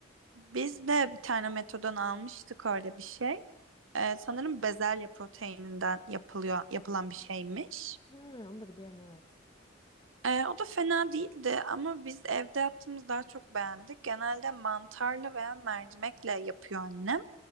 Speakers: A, on the right; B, on the left.
A: biz de bir tane Meto'dan almıştık öyle bir şey. Ee, sanırım bezelye proteininden yapılıyor, yapılan bir şeymiş.
B: Ha, onu da biliyorum evet.
A: Ee, o da fena değildi ama biz evde yaptığımız daha çok beğendik. Genelde mantarlı veya mercimekle yapıyor annem